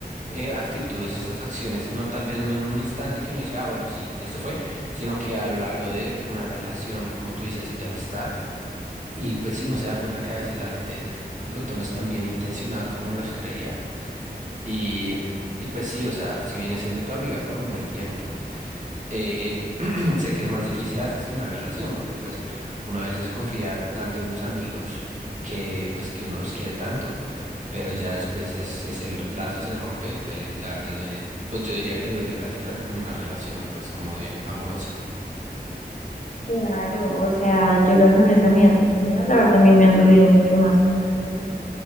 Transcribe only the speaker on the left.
Claro, o sea, yo las mejores amigas que he tenido, la verdad, también me han dolido mucho más que una relación.